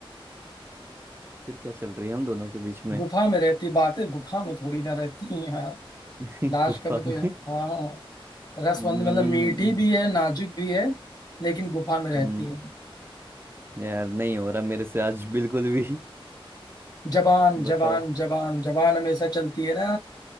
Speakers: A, on the right; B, on the left.
A: फिर क्या चल रही है हम दोनों के बीच में
B: गुफा में रहती बातें गुफा में थोड़ी ना रहती हैं यार
A: <laughs>
B: लाश
A: गुफा
B: का भी तो
A: में
B: यार हाँ रसवंद
A: हम्म
B: मतलब मीठी भी है नाजुक भी है लेकिन गुफा में रहती
A: हम्म,
B: है
A: यार नहीं हो रहा मेरे से आज बिल्कुल भी
B: जबान
A: <laughs> बताओ
B: जबान जबान जबान हमेशा चलती है ना